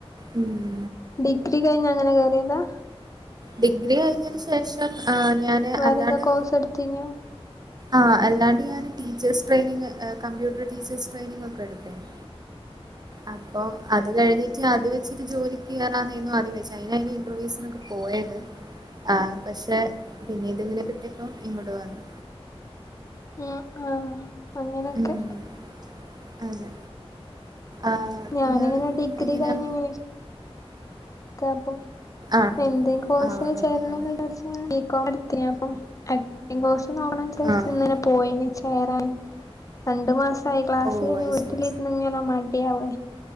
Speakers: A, on the right; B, on the left.
A: ഉം
B: ഡിഗ്രി കഴിഞ്ഞ് അങ്ങനെ കയറിയതാ?
A: ഡിഗ്രി കഴിഞ്ഞന് ശേഷം ആ ഞാന്
B: വേറെന്താ
A: അല്ലാണ്ട്
B: കോഴ്സ് എടുത്തീനോ?
A: ആഹ് അല്ലാണ്ട് ഞാന് teachers training computer teachers training ഒക്കെ എടുത്തീന്. അപ്പൊ അത് കഴിഞ്ഞിട്ട് അത് വെച്ചിട്ട് ജോലിക്ക് കയറാന്ന് ആദ്യ വിചാരിച്ച്, അ അതിന് ഇന്റർവ്യൂസി പോയത് പക്ഷെ പിന്നെതിങ്ങനെ കിട്ടിയപ്പം ഇങ്ങോട്ട് വന്നു.
B: ആഹ് ആഹ അങ്ങനെക്കെ.
A: ഉം അതെ ആഹ്
B: ഞാന്
A: ഇയാള്
B: ഇങ്ങനെ ഡിഗ്രി
A: എങ്ങനെയാ
B: കഴിഞ്ഞങ്ങനെ ഇര് രിക്കാ ഇപ്പം
A: ആണോ
B: എന്തേ കോഴ്സിന്
A: ആഹ് ആഹ്
B: ചേരണംന്ന്
A: ആഹ്
B: വിചാരിച്ച് ഞാൻ ബി കോം എടുത്ത് ഞാപ്പം. കോഴ്സ്
A: ആഹ്
B: <inaudible> ഇങ്ങനെ പോയിന് ചേരാന്. രണ്ടു മാസായി ക്ലാസ്
A: ഓഹ്
B: കഴിഞ്ഞ്
A: അയ്ശരി
B: വീട്ടിലിരുന്ന് ഇങ്ങനെ മടിയാവ